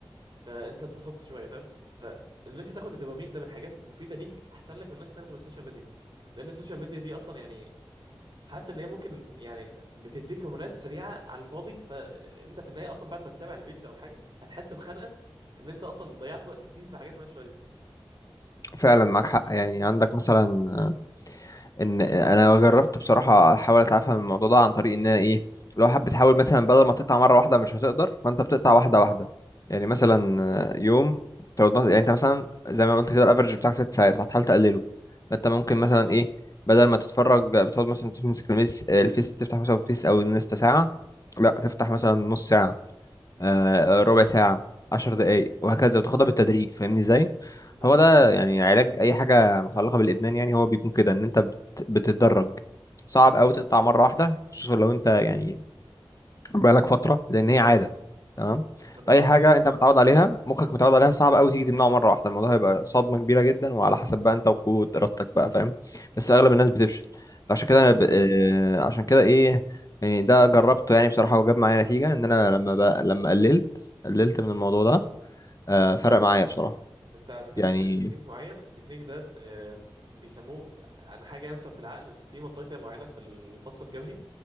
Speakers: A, on the right (about 55°); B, on the left (about 40°).
A: فانت اتبسطت شويه فاهم فان انت تاخد الدوبامين ده من حاجات مفيده ليك احسن لك من انك تاخده من السوشيال ميديا لان السوشيال ميديا دي اصلا يعني حاسس ان هي ممكن يعني بتديك هرمونات سريعه على الفاضي فانت في النهايه اصلا بعد ما تتابع الريلز او حاجه هتحس بخنقه ان انت اصلا ضيعت وقت كتير في حاجات مالهاش فايده
B: فعلا
A: فانت
B: معاك حق يعني عندك مثلا آه، ان انا جربت بصراحة احاول اتعافى من الموضوع ده عن طريق ان انا ايه لو حابب بتحاول مثلا بدل ما تقطع مرة واحدة مش هتقدر فانت بتقطع واحدة واحدة يعني مثلا آه، يوم تقعد مث- يعني انت مثلا زي ما قلت كده الافرج بتاعك ست ساعات فهتحاول تقلله فانت ممكن
A: بالظبط
B: مثلا
A: اه فاهم
B: ايه بدل ما تتفرج بتقعد مثلا تمسك الميس الفيس تفتح مثلا فيس او الانستا ساعة لا تفتح مثلا نص ساعة آه،
A: حلو
B: ربع
A: أوي.
B: ساعة عشر دقايق وهكذا وتاخدها بالتدريج فاهمني ازاي
A: بالظبط
B: هو ده يعني علاج أي حاجة متعلقة بالإدمان يعني هو بيكون كده إن أنت بت- بتتدرج صعب أوي تقطع مرة واحدة خصوصا لو أنت يعني بقالك فتره لان هي عاده تمام
A: بالظبط
B: فاي حاجه
A: يعني
B: انت متعود عليها مخك متعود عليها صعب قوي تيجي تمنعه مره واحده الموضوع هيبقى صدمه كبيره جدا وعلى حسب بقى انت وقوه ارادتك بقى فاهم بس اغلب الناس بتفشل فعشان
A: أنا فاهمك
B: كده انا ب...
A: أه.
B: آه، عشان كده ايه يعني ده جربته يعني بصراحه وجاب معايا نتيجه ان انا لما بقى لما قللت قللت من الموضوع ده آه، فرق معايا بصراحه
A: انت على فكره
B: يعني
A: انت مش لازم تكنيك معين التكنيك ده آه، بيسموه عن حاجه مثلا في العقل في منطقه كده معينه في الفص الجبهي